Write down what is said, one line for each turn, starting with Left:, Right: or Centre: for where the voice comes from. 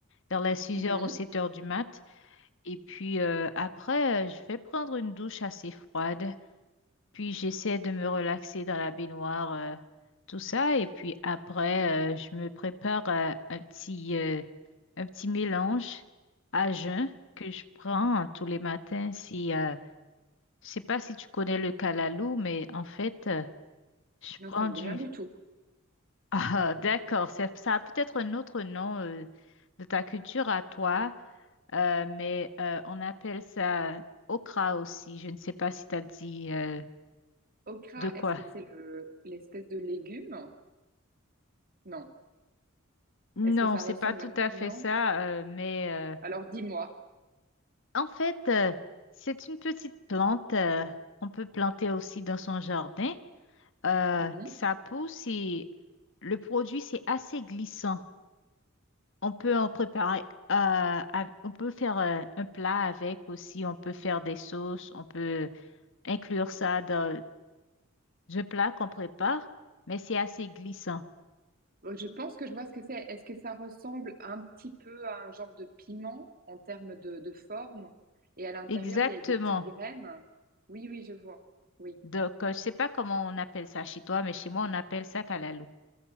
Left: vers les six
Right: mhm.
Left: heures ou 7 heures du mat. Et puis euh, après, euh, je vais prendre une douche assez froide. Puis j'essaie de me relaxer dans la baignoire, euh, tout ça. Et puis après, euh, je me prépare euh, un petit, euh, un petit mélange à jeun que je prends tous les matins. Si, euh, je sais pas si tu connais le calalou, mais en fait... euh, je
Right: Non,
Left: prends
Right: ça me
Left: du.
Right: dit rien du
Left: <laughs>
Right: tout.
Left: Ah, d'accord. C'est, ça a peut-être un autre nom euh, de ta culture à toi, euh, mais euh, on appelle ça okra aussi. Je ne sais pas si tu as dit euh,
Right: Okra,
Left: de quoi.
Right: est-ce que c'est le l'espèce de légume? Non.
Left: Non,
Right: Est-ce que ça
Left: c'est
Right: ressemble
Left: pas tout
Right: à...
Left: à fait
Right: Non.
Left: ça, euh, mais euh,
Right: Alors dis-moi.
Left: en fait, euh, c'est une petite plante euh, qu'on peut planter aussi dans son jardin. Euh,
Right: Mhm.
Left: que ça pousse et le produit, c'est assez glissant. On peut en préparer, euh, av- on peut faire euh, un plat avec aussi, on peut faire des sauces, on peut inclure ça dans le plat qu'on prépare, mais c'est assez glissant.
Right: Euh, Je pense que je vois ce que c'est. Est-ce que ça ressemble un petit peu à un genre de piment en termes de, de forme? Et à l'intérieur,
Left: Exactement.
Right: il y a des petites graines. Oui, oui, je vois. Oui.
Left: Donc, euh, je sais pas comment on appelle ça chez toi, mais chez moi, on appelle ça kalalou.